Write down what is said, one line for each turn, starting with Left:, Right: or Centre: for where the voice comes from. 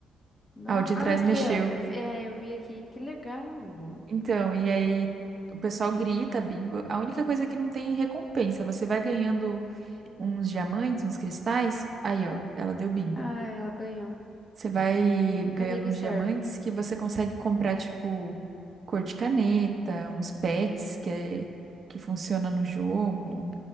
Left: No...
Right: Ah, o de
Left: Ah,
Right: trás
Left: aqui,
Right: mexeu.
Left: ó. Eu vi... É, eu vi aqui. Que legal.
Right: Então, e aí o pessoal grita, bingo. A única coisa é que não tem recompensa. Você vai ganhando uns diamantes, uns cristais. Aí, ó, ela deu bingo.
Left: Ah, ela ganhou.
Right: Você vai
Left: E
Right: ganhando
Left: pra que que
Right: uns diamantes
Left: serve?
Right: que você consegue comprar, tipo, cor de caneta, uns pets que, é, que funciona no jogo.